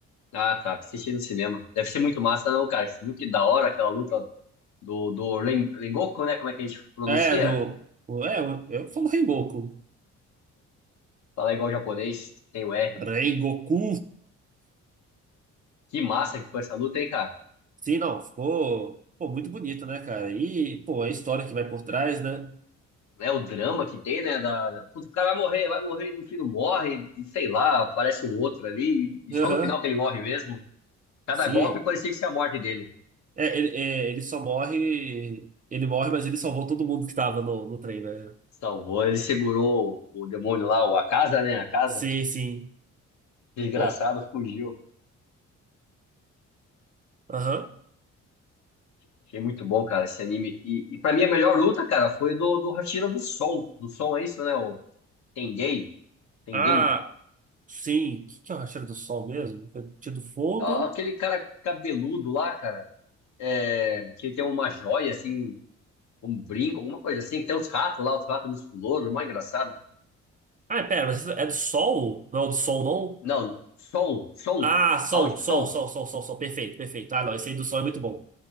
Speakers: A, on the left (about 65°); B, on the right (about 25°).
A: Ah, tá. Assisti no cinema. Deve ser muito massa, não, cara. Você viu que da hora aquela luta do, do Ren- Rengoku, né? Como é que a gente pronuncia?
B: É, do. É, eu, eu falo Rengoku.
A: Falar igual japonês, tem o R.
B: Rengoku.
A: Que massa que foi essa luta, hein, cara?
B: Sim, não, ficou, pô, muito bonito, né, cara? E, pô, a história que vai por trás, né?
A: É o drama que tem, né? Da... da- Puta, o cara vai morrer, vai morrer, e no fim não morre, e sei lá, aparece um outro ali, e
B: Aham,
A: só no final que ele morre mesmo. Cada
B: sim.
A: golpe parecia que ia ser a morte dele.
B: É, ele, é, ele só morre, ele morre, mas ele salvou todo mundo que tava no, no trem, né?
A: Salvou, ele segurou o demônio lá, o Akaza, né? A casa.
B: Sim, sim.
A: Desgraçado
B: Pô,
A: fugiu.
B: aham.
A: Achei muito bom, cara, esse anime. E, e pra mim a melhor luta, cara, foi do, do Hashira do Som. Do Som é isso, né? O Tengen. Tengen.
B: Ah, sim. O que que eu achei do sol mesmo? Tinha do fogo.
A: Ah, Aquele cara cabeludo lá, cara. É, que ele tem uma joia, assim, um brinco, alguma coisa assim. que Tem uns ratos lá, os ratos musculosos, mais engraçado.
B: Ah, pera, mas isso é do sol? Não é o do sol, não?
A: Não, som, som,
B: Ah, sol,
A: áudio,
B: sol,
A: som.
B: sol, sol, sol, sol. Perfeito, perfeito. Ah, não, esse aí do sol é muito bom.